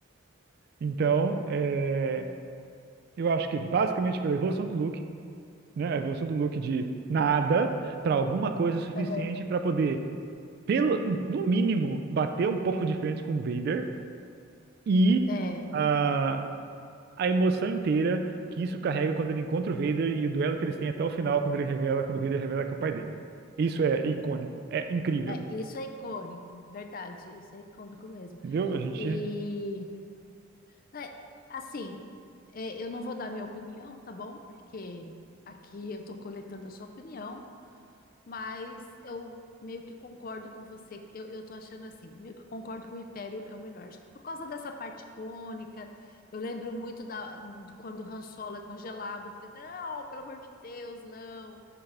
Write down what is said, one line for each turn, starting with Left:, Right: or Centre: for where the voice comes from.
Right: Então, é, eu acho que basicamente pela evolução do Luke, né? A evolução do Luke de nada para alguma coisa suficiente
Left: aham.
Right: para poder, pelo, no mínimo, bater um pouco de frente com o Vader e
Left: É,
Right: a, a emoção inteira que isso carrega quando ele encontra o Vader e o duelo que eles têm até o final quando ele revela, quando o Vader revela que é o pai dele. Isso é icônico, é incrível,
Left: É, isso é icônico, verdade, isso é icônico mesmo.
Right: entendeu? A gente
Left: E, né, assim, é, eu não vou dar minha opinião, tá bom? Porque aqui eu tô coletando a sua opinião, mas eu meio que concordo com você. Eu, eu tô achando assim, meio que concordo que o Império é o melhor. Acho que por causa dessa parte icônica, eu lembro muito da do- quando o Han Solo é congelado. Eu falei, não, pelo amor de Deus, não.